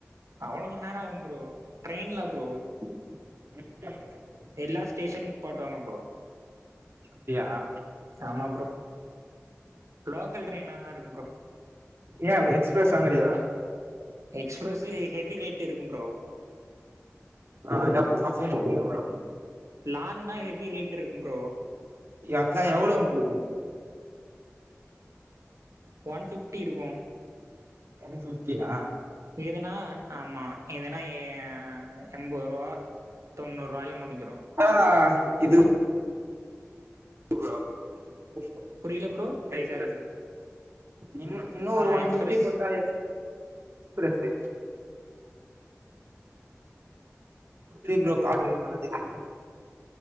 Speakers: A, on the right; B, on the right.
A: அவ்ளோ மண் நேரோ ஆகும் ப்ரோ ட்ரெயின்லா ப்ரோ
B: ம்ம்
A: எல்லா ஸ்டேஷன் நிப்பாட்டுவாங்க ப்ரோ
B: அப்டியா யா
A: ஆமா ப்ரோ லோக்கல் ட்ரெயினா தான் இருக்கும் ப்ரோ
B: ஏன் எக்ஸ்பிரெஸ்லாங் கெடையாதா
A: எக்ஸ்பிரஸு ஹெவி ரேட் இருக்கும் ப்ரோ
B: ஆ அதுக்கப் அப்போ உங்ளுக்கு எவ்ளோ
A: லாங்குனா ஹெவி ரேட் இருக்கும் ப்ரோ
B: இய அதான்
A: ஆ
B: எவ்ளோ உங்ளுக்கு
A: ஒன் ஃபிஃப்டி இருக்கும்
B: ஒன் ஃபிஃப்டியா
A: இதுனா ஆமா இதெனா எய எம்பொ ரூவா தொண்ணூ ரூாவாயில முடிஞ்சிரும்
B: ஆஹ் இது இது ப்ரோ
A: புரியல ப்ரோ பிரேக்
B: எக்ஸ்பிரஸ்
A: ஆகுது
B: இன் இன்னா
A: ஆ
B: ஒரு ஒன்
A: எக்ஸ்பிரஸ்
B: ஃபிஃப்டி போட்டா எஸ் எஸ்பிரஸு நன்றி ப்ரோ கார் டென் பண்ணதுக்கு